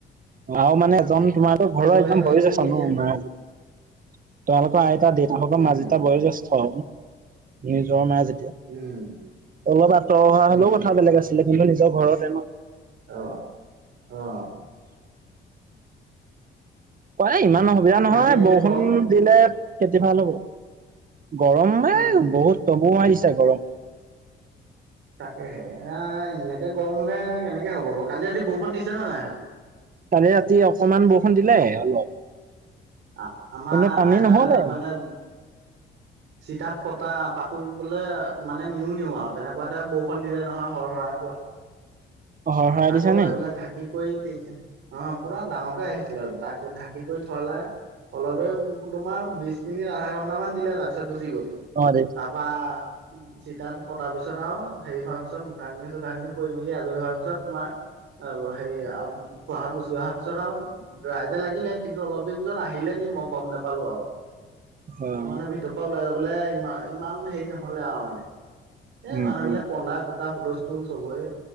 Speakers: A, on the right; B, on the right.
A: আৰু মানে এজন তোমাৰো
B: কোৰ
A: ঘৰৰ
B: কটাৰী
A: একদম
B: মাৰিবও
A: বয়োজছ
B: নিদিয়ে
A: ন' <inaudible> তোমালোকৰ আইতা দেউতা হক বা
B: উম
A: মা যেতিয়া এটা বয়োজ্যেষ্ঠ, নিজৰ মা যে তিয়া।
B: উম
A: অলপ আঁতৰ হোৱা হলেও
B: উম
A: কথা বেলেগ আছিলে, কিন্তু নিজৰ ঘৰতে ন'।
B: অ' অ'।
A: অ' এ ইমান অসুবিধা নহয়,
B: বাকী এতিয়া
A: বৰষুণ
B: গৰম
A: দিলে খেতি ভাল হ'ব। গৰম এ
B: উম
A: বহুত তবৌ মাৰিছ তে গৰম।
B: তাকেহে এয়াই এনেকে গৰম হ'লে কেনেকে হ'ব বাৰু। কালি ৰাতি বৰষুণ দিছে নে নাই সেইপিনে?
A: কালি ৰাতি অকমান বৰষুণ দিলে অলপ।
B: অ আমাৰ
A: কিন্তু পানী
B: আইতা
A: নহ'লে
B: মানে চিতাত পতা পাতো বোলে মানে নিওঁ নিওঁ আৰু তেনেকুৱাতে বৰষুণ দিলে নহয় হৰ হৰাই। <unintelligible>
A: হৰহৰাই
B: আকৌ
A: দিছে নে?
B: সেইবিলাক ঢাকি কৰি টিং অ পুৰা ডাঙৰ টোৱেই আহিছিল আৰু। তাক ঢাকি কৰি থোৱালে অলপে উ তোমাৰ বিছ মিনিট, আধা ঘণ্টামান দিলে তাৰপিছত চি গল,
A: অ' দে
B: তাৰপা চিতাত পতা পিছত আও হেৰি হোৱাৰ পিছত মুকানিয়ে- চুকানিয়ে কৰি মেলি আজৰি হোৱাৰ পিছত তোমাৰ <unintelligible> খুৰাহঁত গুচি অহাৰ পিছত আৰু ৰাইজে লাগিলে কিন্তু অলপ দেৰি পিছত আহিলে নেক মই গম নেপালো আউ।
A: হয়
B: মই মানে ভিতৰ পৰা ওলাই যাবলৈ ইমান ইমান হেৰি নহ'লে আৰু মানে। এ
A: উম,
B: মানুহবিলাক
A: উম,
B: কন্দা- কটা হুলস্থুল চবৰে।